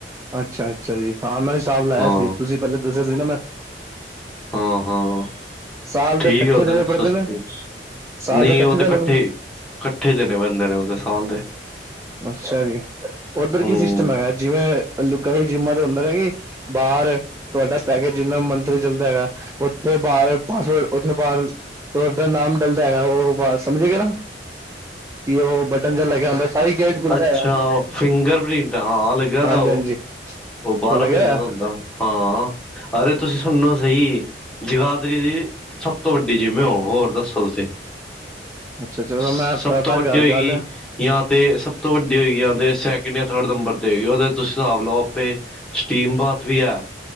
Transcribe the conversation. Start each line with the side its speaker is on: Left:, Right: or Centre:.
Right: ਅੱਛਾ-ਅੱਛਾ ਜੀ, ਹਾਂ ਮੈਂ ਵੀ ਹਿਸਾਬ ਲਾਇਆ
Centre: ਹਾਂ
Right: ਸੀ। ਤੁਸੀਂ ਪਹਿਲੇ ਦੱਸਿਆ ਸੀ ਨਾ ਮੈਂ
Centre: ਹਾਂ-ਹਾਂ।
Right: ਸਾਲ
Centre: ਠੀਕ
Right: ਦੇ ਇਕੱਠੇ
Centre: ਆ ਉਹ ਤੇ
Right: ਦੇਣੇ ਪੜਦੇ
Centre: ਸਸਤੀ,
Right: ਨੇ ਸਾਲ
Centre: ਨਈ
Right: ਦੇ ਇਕੱਠੇ
Centre: ਉਹ ਤੇ
Right: ਦੇਣੇ
Centre: ਕੱਟੇ
Right: ਪੜ
Centre: ਕੱਠੇ ਦਿਣੇ ਬੰਦੇ ਨੇ ਉਹਦੇ ਸਾਲ ਦੇ
Right: ਅੱਛਾ ਜੀ, ਉੱਧਰ
Centre: ਹੂੰ
Right: ਕੀ ਸਿਸਟਮ ਹੈਗਾ ਜਿਵੇਂ ਲੂਕਾਂ ਜਿੰਮਾਂ ਤੇ ਹੁੰਦਾ ਹੈਗੇ ਬਾਹਰ ਤੁਹਾਡਾ ਪੈਕੇਜ ਜਿੰਨਾ ਮੰਥਲੀ ਚੱਲਦਾ ਹੈਗਾ, ਉੱਥੇ ਬਾਹਰ ਬਸ ਉਥੇ ਬਾਹਰ ਦਾ ਨਾਮ ਡਲਦਾ ਹੈਗਾ ਉਹ ਆਵਾਜ਼ ਸਮਝ ਗਿਆ੍ ਨਾ ਕਿ ਉਹ ਬਟਨ ਜਿਹਾ ਲੱਗ ਹੁੰਦਾ ਤਾਹੀਂ ਗੇਟ ਖੁੱਲਦਾ
Centre: ਅੱਛਾ,
Right: ਹੈਗਾ
Centre: ਫਿੰਗਰ ਪ੍ਰਿੰਟ ਹਾਂ ਲੱਗਿਆ
Right: ਹਾਂਜੀ
Centre: ਦਾ ਉਹ
Right: ਹਾਂਜੀ
Centre: ਉਹ ਬਾਰਾਂ
Right: ਭੁੱਲ ਗਿਆ
Centre: ਮਹੀਨੇ ਦਾ ਹੁੰਦਾ। ਹਾਂ, ਅਰੇ ਤੁਸੀਂ ਸੁਣੋ ਸਹੀ ਜਗਾਦਰੀ ਦੀ ਸਭ ਤੋਂ ਵੱਡੀ ਜਿਮ ਓਹ, ਹੋ ਹੋਰ ਦੱਸੋ ਤੁਸੀਂ
Right: ਅੱਛਾ ਚਲੋ
Centre: ਸਭ
Right: ਮੈਂ ਕਰਦਾ
Centre: ਤੋਂ ਵੱਡੀ
Right: ਘਰ
Centre: ਹੋਏਗੀ
Right: ਗੱਲ
Centre: ਜਾਂ ਤਾਂ ਸਭ ਤੋਂ ਵੱਡੀ ਹੋਏਗੀ, ਯਾਂ ਤੇ ਸੈਕਿੰਡ ਜਾਂ ਥਰਡ ਨੰਬਰ ਤੇ ਹੋਏਗੀ, ਉਹਦੇ ਤੁਸੀਂ ਹਿਸਾਬ ਲਓ ਆਪ ਤੇ ਸਟੀਮ ਬਾਥ ਵੀ ਐ